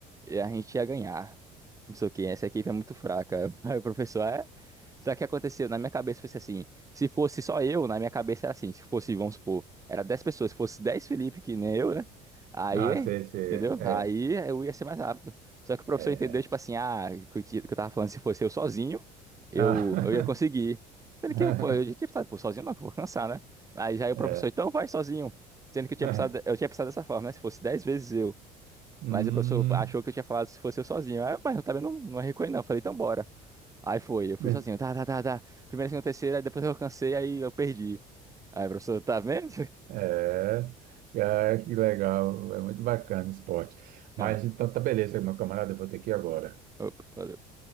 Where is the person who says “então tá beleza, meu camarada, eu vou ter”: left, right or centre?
Right